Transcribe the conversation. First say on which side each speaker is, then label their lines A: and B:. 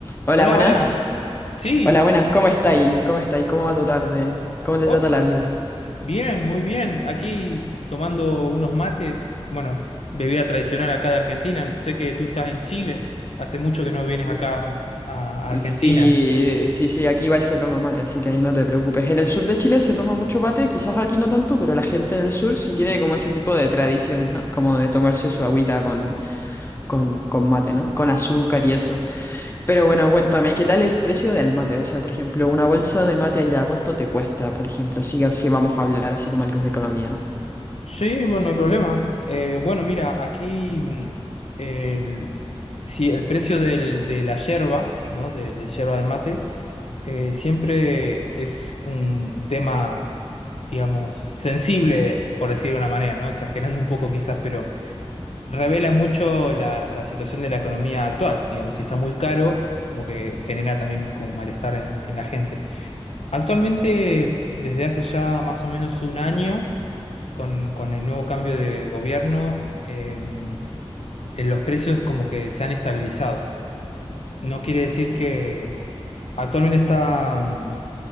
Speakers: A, on the left; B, on the left.
A: Hola,
B: Hola,
A: buenas.
B: hola. Sí,
A: Hola, buenas. ¿Cómo estáis? ¿Cómo estáis? ¿Cómo va tu tarde? ¿Cómo te
B: oh,
A: trata la vida?
B: bien, muy bien. Aquí tomando unos mates, bueno, bebida tradicional acá de Argentina. Sé que tú estás en Chile, hace mucho que no
A: Sí,
B: vienes acá a Argentina.
A: sí, sí, sí, aquí igual se toma mate, así que ahí no te preocupes. En el sur de Chile se toma mucho mate, quizás aquí no tanto, pero la gente en el sur sí tiene como ese tipo de tradiciones, ¿no? Como de tomarse su agüita con, con, con mate, ¿no? Con azúcar y eso. Pero bueno, cuéntame, ¿qué tal el precio del mate? O sea, por ejemplo, una bolsa de mate allá, ¿cuánto te cuesta, por ejemplo? Si, si vamos a hablar así como algo de economía, ¿no?
B: Sí, bueno, no hay problema. Eh, bueno, mira, aquí mm, el, sí, el precio del- de la yerba, ¿no? De la yerba de mate, eh, siempre es un tema, digamos, sensible, por decir de una manera, ¿no? Exagerando un poco quizás, revela mucho la, la situación de la economía actual. Digamos, si está muy caro, como que genera también como malestar en, en la gente. Actualmente, desde hace ya más o menos un año, con, con el nuevo cambio de gobierno, em, eh, los precios como que se han estabilizado. No quiere decir que actualmente está mm,